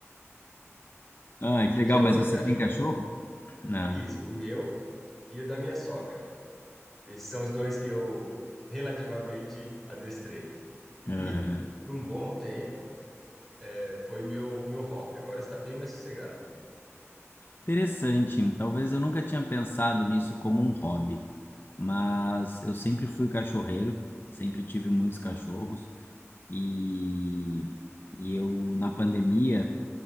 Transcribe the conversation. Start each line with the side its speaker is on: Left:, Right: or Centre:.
Left: Ah, que legal,
Centre: que é
Left: mas
Centre: o meu
Left: você
Centre: cachorro.
Left: tem cachorro? Ah,
Centre: Isso, o meu e o da minha sogra. Esses são os dois que eu relativamente adestrei.
Left: aham.
Centre: E por um bom tempo é, foi meu meu hobby. Agora está bem mais sossegado.
Left: Interessante. Talvez eu nunca tinha pensado nisso como um hobby, mas eu sempre fui cachorreiro, sempre tive
Centre: Hum.
Left: muitos cachorros e, e eu na pandemia